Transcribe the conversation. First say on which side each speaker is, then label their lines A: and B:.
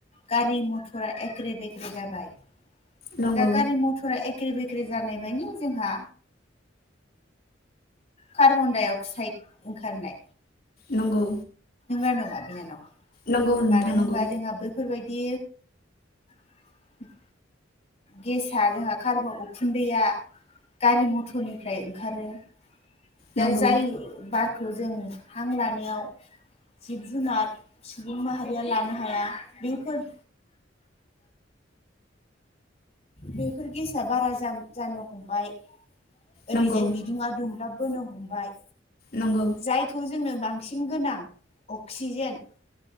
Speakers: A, on the left; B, on the left.
A: गारि मथरा एग्रे बेग्रे जाबाय।
B: नंगौ
A: दा गारि मटरा एग एग्रे बेग्रे जानाय मानि जोंहा कार्बन दाइ अक अक्साइड ओंखारनाय।
B: नंगौ।
A: ना नङा बिनानाव।
B: नंगौ नोंथां
A: मानो होमबा
B: नंगौ
A: जोंहा बैफोरबायदि। <inaudible> गेसा जोंहा कार्ब उखुन्दैया गारि मथरनिफ्राय ओंखारो। दा
B: नंगौ
A: जायो बारखौ। जों हां लानायाव जिब जुनार सुबुं माहारिया लानो हाया बेफोर बेफोर गेसा बारा जानो जानो हमबाय। ओरैजाय
B: नंगौ
A: बिदुङा दुंब्ला। बोनो हमबाय
B: नंगौ
A: जायखौ जोंनो बांसिन गोनां गोनां अक्सिजेन